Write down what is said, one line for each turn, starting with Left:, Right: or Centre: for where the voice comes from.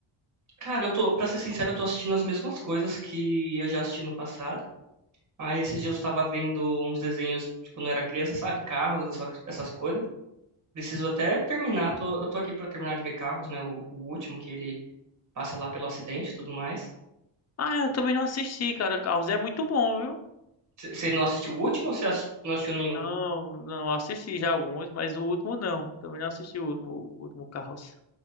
Right: Cara, eu tô, pra ser sincero, eu tô assistindo as mesmas coisas que eu já assisti no passado. Aí esses dias eu tava vendo uns desenhos de quando eu era criança, sabe? Carros, essa- essas coisas. Preciso até terminar, tô- eu tô aqui pra terminar de ver Carros, né? O, o último que ele passa lá pelo acidente e tudo mais.
Left: Ah, eu também não assisti, cara. Carros é muito bom, viu?
Right: C- Você não assistiu o último ou você ass- não assistiu nenhum?
Left: Não, não assisti já alguns, mas o último não. Também não assisti o último, o último Carros.